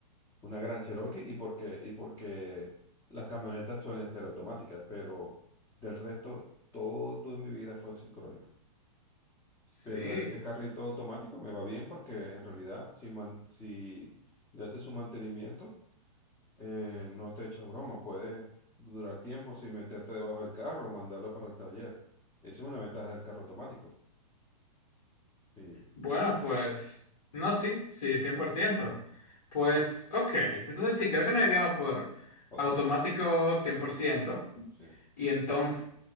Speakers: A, on the left (about 15°); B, on the left (about 55°).
A: Una gran Cherokee y porque, y porque las camionetas suelen ser automáticas, pero del resto todo en mi vida fue sincrónico.
B: Sí.
A: Pero este carrito automático me va bien porque en realidad si, man- si le haces su mantenimiento, eh, no te echa broma, puedes durar tiempo sin meterte debajo del carro o mandarlo para el taller. Esa es una ventaja del carro automático. Sí,
B: Bueno, pues, no, sí, sí, cien por ciento, Pues, ok, entonces sí, creo que nos iríamos por
A: automático.
B: automático
A: Sí,
B: cien por ciento
A: sí,
B: Y entonces,